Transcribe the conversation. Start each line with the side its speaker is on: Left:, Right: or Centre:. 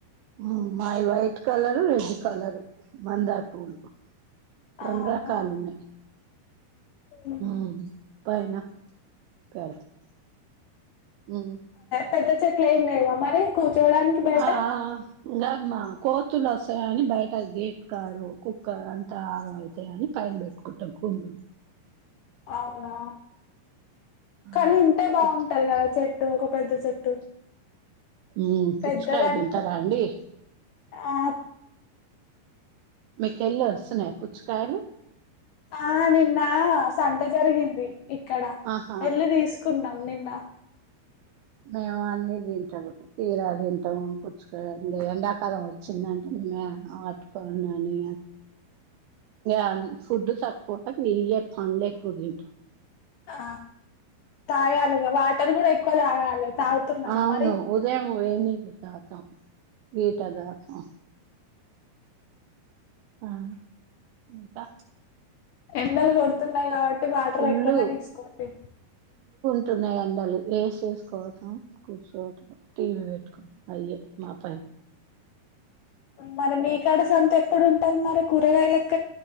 Right: మ్మ్.. మాయి వైట్ కలరు రెడ్ కలరు మందారపూలు రెండు
Left: ఆహా
Right: రకాలున్నాయి
Left: ఉమ్.
Right: ఊ పైన పెడతాం మ్..
Left: పెద్దా చెట్ల ఏమి లేవా మరి కూర్చోడానికి బయట
Right: ఆ ఆ.. ఇంగ మా కోతులు వస్తాయని బయట గేట్ కాడు కుక్క అంత ఆగం అయితాయని పైన పెట్టినం ఎటాబు
Left: అవునా..
Right: ఆ
Left: కానీ ఉంటే బాగుంటాయి
Right: పుచ్
Left: కదా చెట్టు ఒక పెద్ద చెట్టు
Right: ఉ పుచ్చకాయ
Left: పెద్దదంటే
Right: తింటారా అండి
Left: ఆ..
Right: మీ కెళ్లిస్తున్నాయా పుచ్చకాయలు
Left: ఆ నిన్న సంత జరిగింది ఇక్కడ
Right: ఆహా
Left: ఎల్లీ తీసుకున్నాం నిన్న
Right: మేము అన్నీ తింటారు కీరా తింటాము పుచ్చుకంకా ఎండాకాలం వచ్చిందంటే అట్ పని అ ఫుడ్ తక్కువ నీరు పండ్లే ఎక్కువ తింటాం
Left: ఆ తాగాలిగా వాటర్ కూడా ఎక్కువ తాగాలి తాగుతున్నానా
Right: అవును
Left: మరి
Right: ఉదయం ఏని తాగుతం లీటర్ తాగుతం ఆ ఇంకా
Left: ఎండలు కొడుతున్నాయి కాబట్టి వాటర్
Right: ఫుల్లు
Left: ఎక్కువనే తీసుకోండి
Right: ఉ ఉన్నాయి ఎడాలు వేసేసుకోవటం కూర్చోవటం టీవీ పెట్టుకోవం అయే మా పైన
Left: మరి మీ కడ సంత ఎప్పుడు ఉంటది మరి కూరగాయల